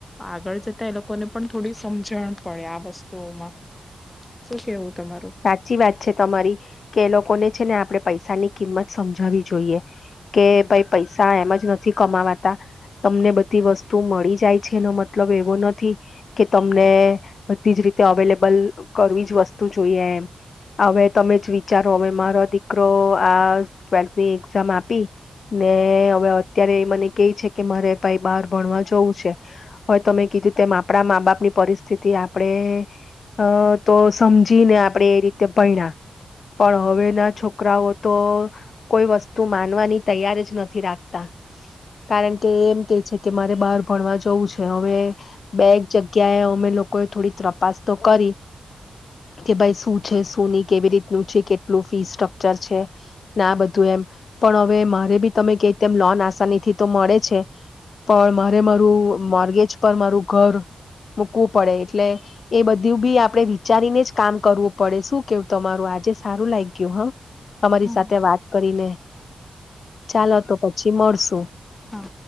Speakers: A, on the left; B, on the left.
A: આગળ જતા એ લોકોને પણ થોડી સમજણ પડે આ વસ્તુઓમાં શું કેવું તમારું
B: સાચી વાત છે તમારી કે એ લોકોને છે ને આપડે પૈસાની કિંમત સમજવી જોઈએ કે ભાઈ પૈસા એમ જ નથી કમાવાતા તમને બધી વસ્તુ મળી જાય છે એનો મતલબ એવો નથી કે તમને બધી જ રીતે અવેલેબલ કરવી જ વસ્તુ જોઈએ એમ હવે તમે જ વિચારો હવે મારો દીકરો આ ટ્વેલ્થની એક્ઝામ આપી ને હવે અત્યારે મને કે છે કે મારે ભાઈ બાર ભણવા જવું છે હવે તમે કીધું તેમ આપણા મા બાપની પરિસ્થિતિ આપણે તો સમજીને આપણેે એ રીતે ભણા પણ હવે ના છોકરાઓ તો કોઈ વસ્તુ માનવાની તૈયાર જ નથી રાખતા કારણ કે એમ કે છે કે મારે બહાર ભણવા જવું છે હવે બેક જગ્યાએ અમે લોકોએ થોડી તપાસ તો કરી કે ભાઈ શું છે શું નહી કેવી રીતનું છે કેટલું ફી સ્ટ્રકચર છે ના બધું એમ પણ હવે મારે બી તમે ક તેમ લોન આસાની થી તો મળે છે પણ મારે મારું મોર્ગેજ પર મારું ઘર મૂકવું પડે એટલે એ બધું બી આપડે વિચારીને જ કામ કરવું પડે શું કેવું તમારું આજે સારું લાગ ગયું હા તમારી
A: હમ
B: સાથે વાત કરીને ચાલો તો પછી મળશુ
A: હા